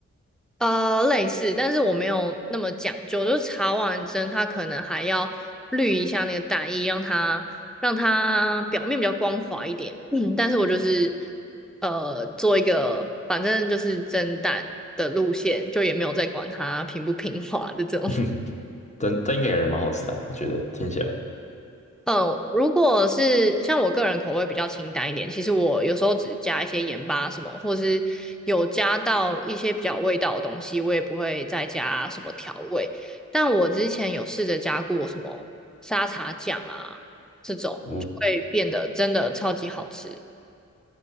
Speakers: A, in the centre; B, on the left (about 25°).
A: 呃，类似，但是我没有那么讲究，就查完针，它可能还要滤一下那个蛋液，让它让它表面比较光滑一点。嗯，但是我就是呃做一个，反正就是蒸蛋的路线，就也没有再管它平不平滑的这种。
B: <laughs> 但但应该感觉蛮好吃的啊我觉得听起来。
A: 嗯，如果是像我个人口味比较清淡一点，其实我有时候只加一些盐巴什么，或是有加到一些比较有味道的东西，我也不会再加什么调味。但我之前有试着加过什么沙茶酱啊，这种就会变得真的超级好吃。
B: 我